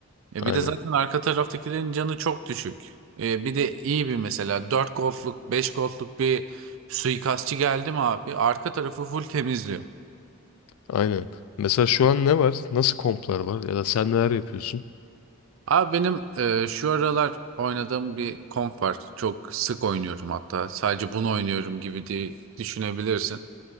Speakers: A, on the right; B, on the left.
A: E
B: Aynen.
A: bir de zaten arka taraftakilerin canı çok düşük. E bir de iyi bir mesela 4 gold'luk 5 gold'luk bir suikastçı geldi mi abi arka tarafı full temizliyor.
B: Aynen. Mesela şu an ne var? Nasıl komplar var? Ya da sen neler yapıyorsun?
A: Abi benim e, şu aralar oynadığım bir komp var. Çok sık oynuyorum hatta. Sadece bunu oynuyorum gibi diye düşünebilirsin.